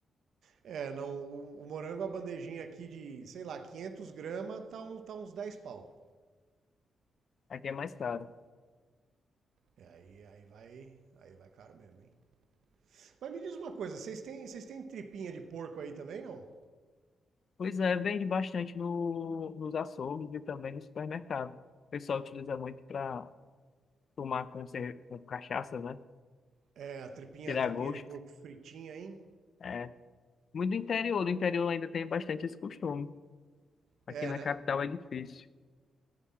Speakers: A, on the right; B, on the left.
A: É, não, o, o morango, a bandejinha aqui de, sei lá, 500 gramas, tá, um, tá uns 10 pau.
B: Aqui é mais caro.
A: É, aí, aí vai, aí vai caro mesmo, hein? Mas me diz uma coisa, vocês têm, vocês têm tripinha de porco aí também, não?
B: Pois é, vende bastante no, nos açougues e também no supermercado. O pessoal utiliza muito para tomar com, cer- com cachaça, né?
A: É, a tripinha,
B: Tirar
A: a tripinha
B: gosto.
A: de porco fritinha, hein?
B: É. Muito do interior, no interior ainda tem bastante esse costume. Aqui
A: É,
B: na
A: né?
B: capital é difícil.